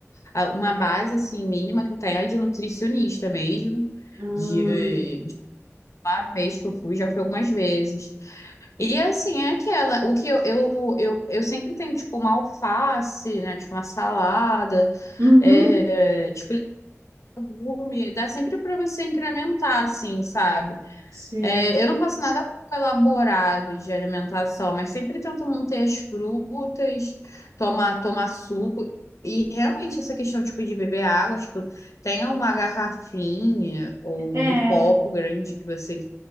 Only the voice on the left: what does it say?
a- uma base assim mínima que eu tenho é de nutricionista mesmo.
De, de uma vez que eu fui, já fui algumas vezes. E assim, é aquela, o que eu, eu, eu, eu sempre tenho, tipo, uma alface, né? Tipo, uma salada.
É, tipo, legume, dá sempre para você incrementar, assim, sabe?
É, eu não faço nada elaborado de alimentação, mas sempre tento manter as frutas, tomar, tomar suco. E realmente essa questão, tipo, de beber água, tipo, tenha uma garrafinha ou
um copo grande que você,